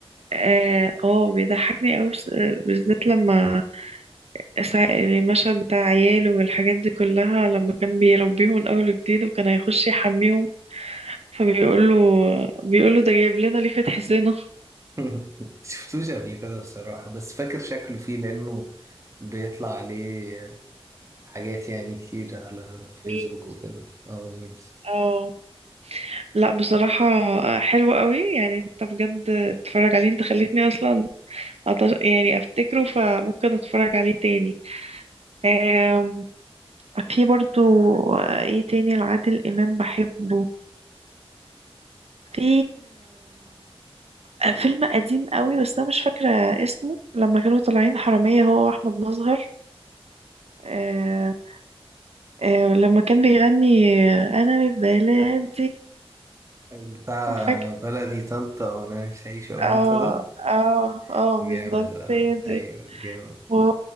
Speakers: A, on the right (about 80°); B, on the right (about 30°).
A: اه آه، بيضحكني قوي بس- آه، بالذات لما سا- المشهد بتاع عياله والحاجات دي كلها لما كان بيربيهم من اول وجديد وكان هيخش يحميهم فبيقول له بيقول له ده جايب لنا ليه فتح سنه
B: <laughs> شفتوش قبل كده بصراحة بس فاكر شكله فيه لأنه بيطلع عليه حاجات يعني كتير على فيسبوك
A: ميمز
B: وكده اه ميمز
A: اه لا بصراحة آه، حلو قوي يعني انت بجد اتفرج عليه انت خليتني اصلا أتش... يعني افتكره فممكن اتفرج عليه تاني آم، في برضو آه، ايه تاني لعادل امام بحبه في آه، فيلم قديم قوي بس انا مش فاكرة اسمه لما كانوا طالعين حرامية هو واحمد مظهر آه، آه، لما كان بيغني آه، انا من بلادي
B: بتاع
A: فاكر
B: بلدي طنطا وأنا نفسي أعيش أه
A: اه
B: أنت ده
A: اه اه
B: جامد
A: بالظبط
B: اه
A: هي دي.
B: أيوه جامد
A: و-